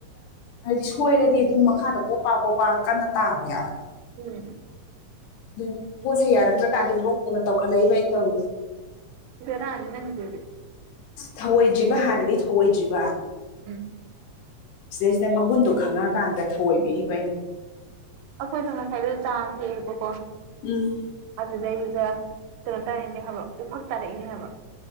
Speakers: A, on the left (about 75°); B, on the right (about 85°).
A: ꯍꯥꯏꯗꯤ ꯁꯣꯏꯔꯗꯤ ꯑꯗꯨꯝ ꯃꯈꯥꯗ ꯄꯣ ꯄ ꯄꯣꯞꯄ ꯀꯟꯅ ꯇꯥꯕ ꯌꯥꯎꯋꯦꯕ
B: ꯎꯝ
A: ꯑꯗꯨꯅꯤ ꯄꯣꯠꯁꯦ ꯌꯥꯔꯛꯇ꯭ꯔꯀꯥꯟꯗ ꯂꯣꯡꯅ ꯇꯧꯈꯠꯂꯛꯏꯕ ꯑꯩꯅ ꯇꯧꯔꯤꯁꯦ
B: ꯚꯦꯔꯥꯅꯤ ꯅꯥꯪꯒꯤꯗꯨꯗꯤ
A: ꯊꯧꯑꯣꯏꯗ꯭ꯔꯤꯕ ꯍꯥꯟꯅꯗꯤ ꯊꯧꯑꯣꯏꯗ꯭ꯔꯤꯕ
B: ꯎꯝ
A: ꯁꯤꯗꯩꯁꯤꯗ ꯃꯒꯨꯟꯗꯣ ꯈꯪꯉꯛꯑꯀꯥꯟꯗ ꯊꯧꯑꯣꯏꯕꯤꯔꯤꯕ ꯑꯩꯅ
B: ꯑꯩꯈꯣꯏꯁꯨ ꯉꯁꯥꯏꯗ ꯖꯥꯝ ꯊꯦꯛꯑꯕꯀꯣ
A: ꯎꯝ
B: ꯑꯗꯨꯗꯩꯗꯨꯗ ꯀꯩꯅꯣ ꯇꯥꯔꯛꯅꯦ ꯍꯥꯏꯕ ꯎꯐꯛ ꯇꯥꯔꯛꯏꯅꯦ ꯍꯥꯏꯕ